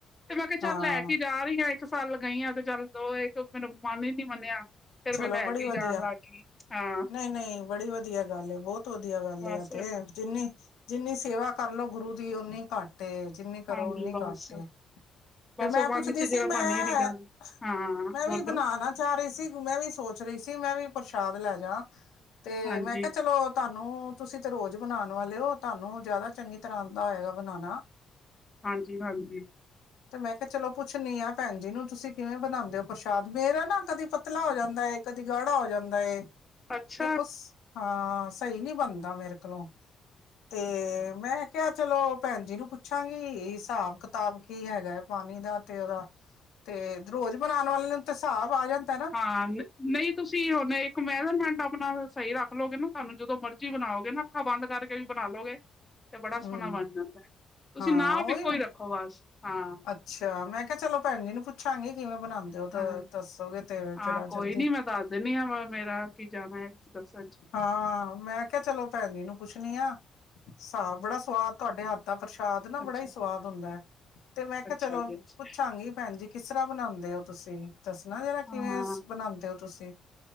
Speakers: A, on the left; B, on the left.
A: ਤੇ ਮੈਂ ਕਿਆ ਚੱਲ
B: ਹਾਂ
A: ਲੈ ਕੇ ਜਾ ਰਈ ਆਂ ਇੱਕ ਸਾਲ ਲਗਈ ਆਂ ਤੇ ਚੱਲ ਦੋ ਮੇਰਾ ਮਨ ਈ ਨੀ ਮੰਨਿਆ ਫੇਰ
B: ਚਲੋ
A: ਮੈਂ ਲੈ
B: ਬੜੀ
A: ਕੇ ਹੀ
B: ਵਧੀਆ,
A: ਜਾਣ ਲੱਗ ਗਈ ਹਾਂ
B: ਨਈ-ਨਈ ਬੜੀ ਵਧੀਆ ਗੱਲ ਏ, ਬੌਤ ਵਧੀਆ ਗੱਲ
A: ਬਸ
B: ਏ ਐ ਤੇ। ਜਿੰਨੀ ਜਿੰਨੀ ਸੇਵਾ ਕਰਲੋ ਗੁਰੂ ਦੀ ਔਨੀ ਘੱਟ ਤੇ ਜਿੰਨੀ ਕਰੋ
A: ਹਾਂਜੀ
B: ਔਨੀ
A: ਬਸ
B: ਘੱਟ ਏ ਤੇ
A: ਬਸ
B: ਮੈਂ
A: ਉਹ
B: ਪੁੱਛਦੀ
A: ਮਨ ਚ ਜਿਹੜਾ
B: ਸੀ ਮੈਂ,
A: ਬਣ ਗਈ ਦੀ ਗੱਲ ਹਾਂ
B: ਮੈਂ
A: ਬੋਲੋ
B: ਵੀ ਬਣਾ ਨਾ ਚਾ ਰੀ ਸੀ। ਮੈਂ ਵੀ ਸੋਚ ਰਈ ਸੀ ਮੈਂ ਵੀ ਪ੍ਰਸ਼ਾਦ ਲੈ ਜਾਂ। ਤੇ
A: ਹਾਂਜੀ
B: ਮੈਂ ਕਿਆ ਚਲੋ ਤਾਨੂੰ ਤੁਸੀਂ ਤੇ ਰੋਜ਼ ਬਨਾਨ ਵਾਲੇ ਔ ਤਾਨੂੰ ਜਾਦਾ ਚੰਗੀ ਤਰ੍ਹਾਂ ਆਂਦਾ ਹੋਏਗਾ ਬਨਾਨਾ।
A: ਹਾਂਜੀ-ਹਾਂਜੀ!
B: ਤੇ ਮੈਂ ਕਿਆ ਚਲੋ ਪੁੱਛਨੀ ਆਂ ਭੈਨ ਜੀ ਨੂੰ ਤੁਸੀਂ ਕਿਵੇਂ ਬਨਾਂਦੇ ਔ ਪ੍ਰਸ਼ਾਦ? ਮੇਰਾ ਨਾ ਕਦੀ ਪਤ ਤਲਾ ਹੋ ਜਾਂਦਾ ਏ ਕਦੀ ਗਾੜਾ ਹੋ ਜਾਂਦ ਦਾ ਏ,
A: ਅੱਛਾ
B: ਮੈਂ ਕੁਛ ਹਾਂ ਸੀ ਨੀ ਬਨਦਾ ਮੇਰੇ ਕੋਲੋਂ ਤੇ ਮੈਂ ਕਿਆ ਚਲੋ ਭੈਨ ਜੀ ਨੂੰ ਪੁੱਛਾਂਗੀ ਹਿਸਾਬ-ਕਿਤਾਬ ਕੀ ਹੈਗਾ ਏ? ਪਾਨੀ ਦਾ ਤੇ ਔਦਾ, ਤੇ ਰੋਜ਼ ਬਨਾਨ ਵਾਲੇ ਨੂੰ ਤੇ ਹਿਸਾਬ ਆ ਜਾਂਦਾ ਐ।
A: ਹਾਂ ਨ ਨਈ ਤੁਸੀਂ ਹੁਨ ਇੱਕ <unintelligible> ਆਪਨਾ ਸਈ ਰੱਖ ਲੌਗੇ ਨਾ ਤੁਆਨੂੰ ਜਦੋਂ ਮਰਜੀ ਬਨਾਔਗੇ ਨਾ ਅੱਖਾਂ ਬੰਦ ਕਰਕੇ ਵੀ ਬਾਨ ਲਔਗੇ। ਤੇ ਬੜਾ ਸੋਹਨਾ
B: ਹਮ
A: ਬਣ ਜਾਂਦੈ, ਤੁਸੀਂ
B: ਹਾਂ
A: ਨਾਪ
B: ਉਹੀ
A: ਇੱਕੋ ਈ ਰੱਖੋ ਬਸ। ਹਾਂ
B: ਅੱਛਾ! ਮੈਂ ਕਿਹਾ ਚਲੋ ਭੈਨ ਜੀ ਨੂੰ ਪੁੱਛਾਂਗੀ। ਕਿਵੇਂ ਬਣਾਉਂਦੇ ਹੋ
A: ਹਾਂ,
B: ਤਾਂ ਦੱਸੋਗੇ ਤੇ
A: ਹਾਂ
B: ਜਰਾ
A: ਕੋਈ
B: ਜਲਦੀ
A: ਨੀ ਮੈਂ ਦੱਸ ਦੇਨੀ ਆਂ ਮੇਰਾ ਕੀ ਜਾਣਾ ਦੱਸਣ ਚ
B: ਹਾਂ ਮੈਂ ਕਿਆ ਚਲੋ ਭੈਨ ਜੀ ਨੂੰ ਪੁੱਛਨੀ ਆ ਸਾਗ ਬੜਾ ਸਵਾਦ ਤੁਆਡੇ ਹੱਥ ਪ੍ਰਸ਼ਾਦ ਨਾ
A: ਅੱਛਾ
B: ਬੜਾ ਈ ਸਵਾਦ ਹੁੰਦੈ। ਤੇ ਮੈਂ ਕਿਹਾ
A: ਅੱਛਾ
B: ਚਲੋ
A: ਜੀ ਅੱਛਾ
B: ਪੁੱਛਾਂਗੀ ਭੈਨ ਜੀ ਕਿਸ ਤਰ੍ਹਾਂ ਬਨਾਂਦੇ ਔ? ਤੁਸੀਂ ਦੱਸਨਾ ਜ਼ਰਾ, ਕਿਵੇਂ
A: ਹਾਂ
B: ਬਨਾਂਦੇ ਔ? ਤੁਸੀਂ